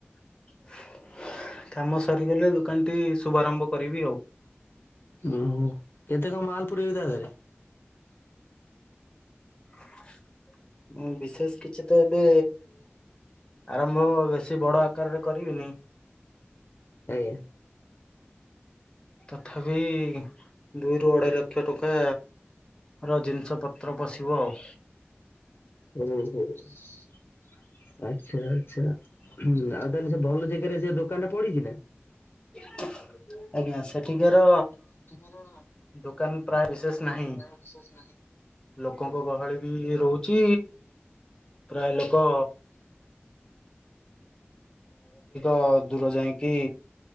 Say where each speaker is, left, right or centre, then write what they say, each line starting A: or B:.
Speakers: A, on the left; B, on the left.
A: <inaudible> ସରିଗଲେ ଦୋକାନଟି ଶୁଭାରମ୍ଭ କରିବି ଆଉ।
B: ଉଁ ହୁଁ କେତେ କ ମାଲ୍ ପୁରେଇବି ତା ଦେହ ରେ?
A: <unintelligible> ମୁଁ ବିଶେଷ୍ କିଛି ତ ଏବେ ଆରମ୍ଭ ବେଶୀ ବଡ଼ ଆକାରରେ କରିବିନି।
B: ଆଜ୍ଞା।
A: ତଥାପି ଦୁଇରୁୁ ଅଡ଼େଇ ଲକ୍ଷ ଟଙ୍କା ର ଜିନିଷ ପତ୍ର ପଶିବ ଆଉ।
B: ଓ ହୋ <inaudible> ଆଚ୍ଛା ଛା ହୁଁ ଆଉ ତାହେଲେ ସେ ଭଲ ଜାଗାରେ ସେ ଦୋକାନ୍ ଟା ପଡ଼ିଛି ନା?
A: <inaudible> ଆଜ୍ଞା! ସେଠିକାର
B: ସେଠି କାର
A: ଦୋକାନ ପ୍ରାୟ ବିଶେଷ ନାହିଁ
B: ନାଇଁ ବିଶ୍ୱାସ୍ ନାହିଁ।
A: ଲୋକଙ୍କ ଗହଳି ବି ଇଏ ରହୁଛି ପ୍ରାୟ ଲୋକ ଅ ଦୂର ଯାଇଁକି